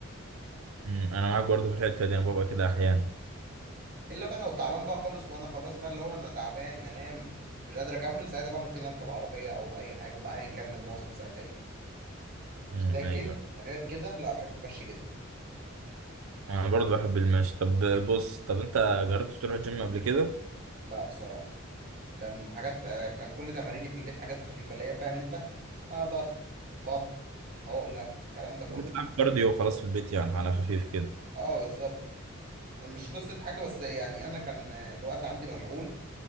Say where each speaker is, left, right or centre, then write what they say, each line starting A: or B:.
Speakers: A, on the right; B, on the right.
A: مم. انا معاك برضو في الحتة دي انا ببقى كده احيانا
B: الا بقى لو تعبان بقى خالص وانا خلاص بقى اللي هو انا تعبان هنام مش قادر اكمل ساعتها بقى ممكن اركب عربيه او اي حاجه بقى ايا كان المواصله ساعتها ايه
A: مم.
B: لكن
A: ايوه
B: غير كده لا بحب المشي جدا
A: انا برضو بحب المشي طب بص طب انت جربت تروح الجيم قبل كده
B: لا بصراحه كان حاجات آه، كان كل تماريني في البيت حاجات خفيفه اللي هي فاهم انت آه ضغط بط عقله الكلام ده كله
A: بتلعب كارديو وخلاص في البيت يعني على خفيف كده
B: اه بالظبط مش قصه حاجه بس يعني انا كان آه، الوقت عندي مشغول